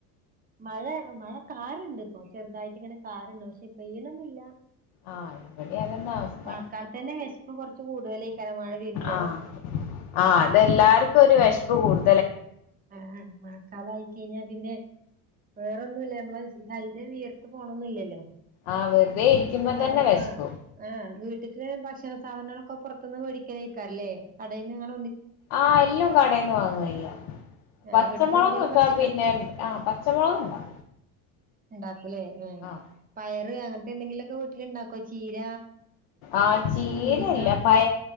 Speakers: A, on the right; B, on the left.
A: മഴ മഴക്കാറ്ണ്ട് പ്പൊ ചെറ്തായിട്ട് ഇങ്ങനെ കാറ്ണ്ട് പക്ഷെ പെയ്യ്ണൊന്നുല്ല.
B: ആഹ് ഇവിടെ അതന്നെ അവസ്ഥ
A: മഴക്കാലത്തെന്നെ വെശപ്പ് കൊർച്ച് കൂടുതലേക്കാരം മഴ വെരുമ്പോ
B: ആഹ് ആഹ് അതെല്ലാവർക്കൊരു വെശപ്പ് കൂടു
A: ആഹ് മഴക്കാലായി കഴിഞ്ഞാ പിന്നെ വേറൊന്നുമല്ല നമ്മള ശല്യം ഉയർത്ത് പോണൊന്നില്ലല്ലോ
B: ആഹ് വെറുതെ ഇരിക്കുമ്പോ തന്നെ
A: ആഹ്
B: വെശക്കും
A: ആഹ് വീട്ടില് ഭക്ഷ ഭക്ഷണ സാധനങ്ങളൊക്കെ <unintelligible> പുറത്തുന്ന് വേടിക്കലേക്കാറ അല്ല കടൽ നിങ്ങൾ
B: ആഹ് എല്ലാം കടന്ന് വാങ്ങായി
A: ആ
B: പച്ചമുളക്
A: വീട്ടില് എന്തേലും
B: ഓക്കെ
A: പച്ചക്കറി
B: പിന്നെ ആഹ് പച്ചമുളക് ഉണ്ടോ
A: ഉണ്ടാക്കൂല്ലേ
B: ആഹ്
A: പയറ് അങ്ങനത്തെ എന്തെങ്കിലുമൊക്കെ വീട്ടില ഇണ്ടാക്കോ ചീര
B: ആ ചീനല്ല
A: മുരിങ്ങ
B: പയ